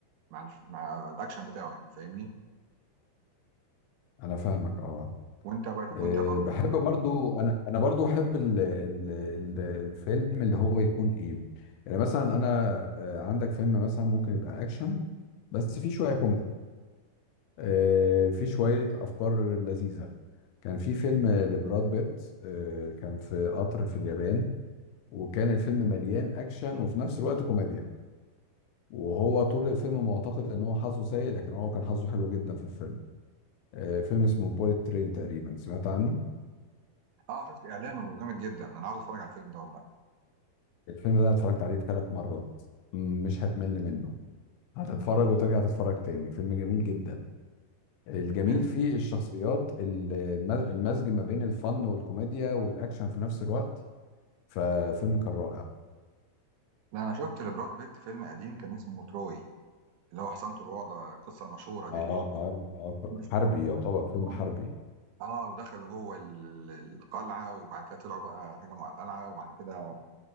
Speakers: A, on the right; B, on the left.
A: مع ال مع الاكشن بتاعه يعني فاهمني
B: انا فاهمك اه
A: وانت بر
B: أه،
A: وانت برضو
B: بحب برضو انا انا برضو احب ال ال ال الفيلم اللي هو يكون ايه يعني مثلا انا أه، عندك فيلم مثلا ممكن يبقى اكشن بس فيه شويه كوميدي أه، فيه شويه افكار لذيذه كان في فيلم لبراد بيت أه، كان في قطر في اليابان وكان الفيلم مليان اكشن وفي نفس الوقت كوميديا وهو طول الفيلم معتقد ان هو حظه سيء لكن هو كان حظه حلو جدا في الفيلم أه، فيلم اسمه بوليت ترين تقريبا سمعت عنه
A: اه شفت اعلانه جامد جدا انا عاوز اتفرج على الفيلم ده والله
B: الفيلم ده أنا اتفرجت عليه ثلاث مرات م- مش هتمل منه هتتفرج وترجع تتفرج تاني فيلم جميل جدا الجميل
A: حلو
B: فيه الشخصيات ال- الم- المزج ما بين الفن والكوميديا والاكشن في نفس الوقت ففيلم كان رائع
A: لا انا شفت لبراد بيت فيلم قديم كان اسمه تروي اللي هو حصنته الوضع القصه المشهوره دي
B: اه
A: اللي هو
B: اه اه
A: بيكون بيستخبى
B: حربي
A: في
B: يعتبر
A: حصنة
B: فيلم حربي
A: الوضع. اه ودخلوا جوه ال- القلعه وبعد كده طلعوا بقى هجموا على القلعه وبعد كده آه،